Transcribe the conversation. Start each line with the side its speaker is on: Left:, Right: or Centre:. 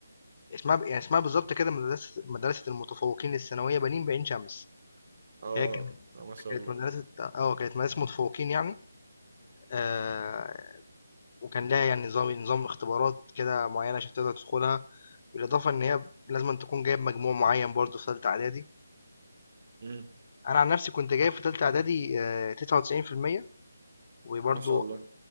Left: اسمها ب يعني اسمها بالضبط كده مدرسة مدرسة المتفوقين الثانوية بنين بعين شمس،
Right: آه
Left: هي كانت
Right: لا ما شاء
Left: كانت
Right: الله
Left: مدرسة آه، كانت مدرسة متفوقين يعني، آآ وكان ليها يعني نظام نظام اختبارات كده معيّنة عشان تقدر تدخلها، بالإضافة إن هي لازمًا تكون جايب مجموع معيّن برضه في تالتة إعدادي،
Right: مم.
Left: أنا عن نفسي كنت جايب في تالتة إعدادي آآ 99% وبرضه
Right: ما شاء الله